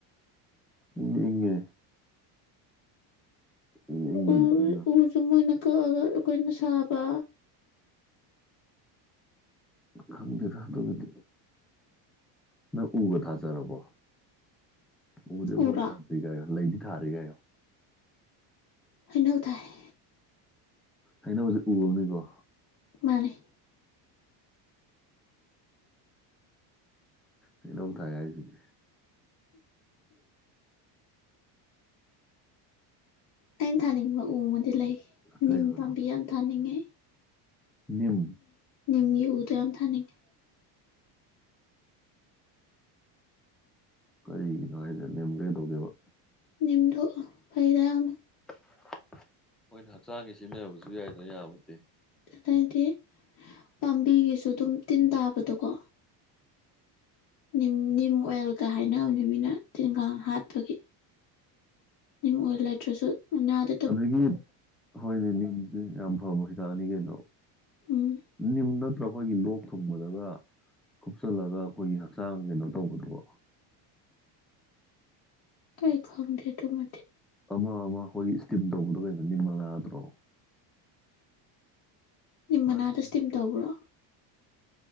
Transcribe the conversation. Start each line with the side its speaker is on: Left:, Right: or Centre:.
Centre: ꯆꯤꯡꯗ ꯏꯪꯉꯦ ꯏꯪ ꯏꯪꯕꯗꯒꯤ
Left: ꯎꯔ
Centre: ꯑꯣꯏꯅ
Left: ꯎꯖꯨ ꯃꯣꯏꯅ ꯀꯛꯑꯒ ꯑꯩꯈꯣꯏꯅ ꯁꯥꯕ
Centre: ꯈꯪꯗꯦꯗ <unintelligible> ꯅꯪ ꯎꯒ ꯊꯥꯖꯔꯕꯣ ꯎꯕꯨꯗꯤ ꯑꯐꯥꯎ
Left: ꯎꯔꯣ
Centre: ꯊꯥꯗ꯭ꯔꯤ ꯀꯥꯏꯔꯣ ꯂꯩꯗꯤ ꯊꯥꯔꯤ ꯀꯥꯏꯔꯣ
Left: ꯍꯩꯅꯧ ꯊꯥꯏ
Centre: ꯍꯩꯅꯧꯁꯦ ꯎꯨ ꯑꯝꯅꯤꯀꯣ
Left: ꯃꯥꯅꯦ
Centre: ꯍꯩꯅꯧ ꯊꯥꯏ ꯍꯥꯏꯁꯤꯗꯤ
Left: ꯑꯩꯅ ꯊꯥꯅꯤꯡꯕ ꯎ ꯑꯃꯗꯤ ꯂꯩ
Centre: ꯀꯩꯅꯣ
Left: ꯅꯤꯝ ꯄꯥꯝꯕꯤ ꯌꯥꯝ ꯊꯥꯅꯤꯡꯉꯦ
Centre: ꯅꯤꯝ
Left: ꯅꯤꯝꯒꯤ ꯎꯗꯣ ꯌꯥꯝ ꯊꯥꯅꯤꯡꯉꯦ
Centre: ꯀꯔꯤꯒꯤꯅꯣ ꯍꯥꯏꯁꯦ ꯅꯤꯝꯗꯣ ꯀꯩꯗꯧꯒꯦꯕ
Left: ꯅꯤꯝꯗꯣ ꯐꯩꯗ ꯌꯥꯝꯅ
Centre: <unintelligible> ꯍꯣꯏꯅ ꯍꯛꯆꯥꯡꯒꯤ ꯁꯤꯖꯤꯟꯅꯕꯁꯨ ꯌꯥꯏꯗꯅ ꯌꯥꯕꯨꯗꯤ
Left: ꯑꯗꯩꯗꯤ ꯄꯥꯝꯕꯤꯒꯤꯁꯨ ꯑꯗꯨꯝ ꯇꯤꯟ ꯇꯥꯕꯗꯣꯀꯣ ꯅꯤꯝ ꯅꯤꯝ ꯑꯣꯏꯜꯒ ꯍꯥꯏꯅꯕꯅꯤ ꯃꯤꯅ ꯇꯤꯟ ꯀꯥꯡ ꯍꯥꯠꯄꯒꯤ ꯅꯤꯝ ꯑꯣꯏꯂꯩꯇ꯭ꯔꯁꯨ ꯎꯨꯅꯥꯗ
Centre: ꯑꯗꯒꯤ ꯍꯣꯏꯅꯦ ꯅꯤꯝꯁꯦ ꯌꯥꯝ ꯐꯕ ꯍꯤꯗꯥꯛꯅꯤ ꯀꯩꯅꯣ
Left: ꯎꯨꯝ
Centre: ꯅꯤꯝ ꯅꯠꯇ꯭ꯔ ꯑꯩꯈꯣꯏꯒꯤ ꯂꯣꯛ ꯊꯨꯡꯕꯗꯒ ꯀꯨꯞꯆꯜꯂꯒ ꯑꯩꯈꯣꯏꯒꯤ ꯍꯛꯆꯥꯡ ꯀꯩꯅꯣ ꯇꯧꯕꯗꯨꯕꯣ
Left: ꯑꯩ ꯈꯪꯗꯦ ꯑꯗꯨꯃꯥꯗꯤ
Centre: ꯑꯃ ꯑꯃ ꯑꯩꯈꯣꯏ ꯏꯁꯇꯤꯝ ꯇꯧꯕꯗꯣ ꯀꯩꯅꯣ ꯅꯤꯝ ꯃꯅꯥꯗ꯭ꯔꯣ
Left: ꯅꯤꯝ ꯃꯅꯥꯗꯣ
Centre: ꯃꯥꯅꯦ
Left: ꯁ꯭ꯇꯤꯝ ꯇꯧꯕ꯭ꯔꯣ